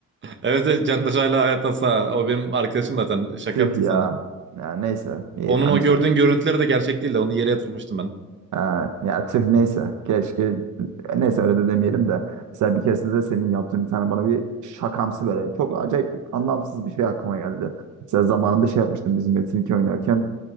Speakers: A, on the right; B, on the right.
A: Evet evet Candaş hala hayatta sağ. O benim arkadaşım zaten şaka
B: Tüh
A: yaptık
B: ya.
A: sana.
B: Ya neyse. İyi
A: Onun
B: amcan.
A: o gördüğün görüntüleri de gerçek değil de onu yere yatırmıştım ben.
B: Ee, ya tüh neyse. Keşke neyse öyle de demeyelim de. Mesela bir keresinde de senin yaptığın bir tane bana bir şakamsı böyle. Çok acayip anlamsız bir şey aklıma geldi. Mesela zamanında şey yapmıştım bizim Metin 2 oynarken